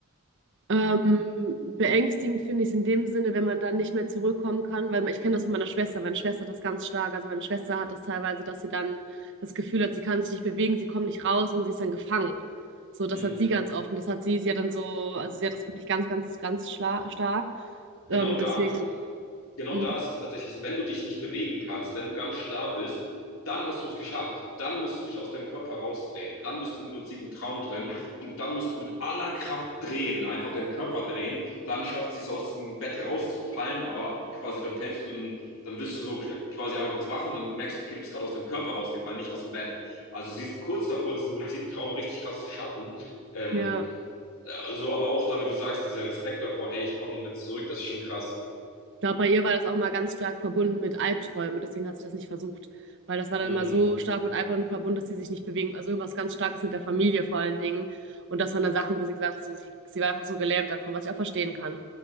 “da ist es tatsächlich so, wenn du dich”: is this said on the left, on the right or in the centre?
Left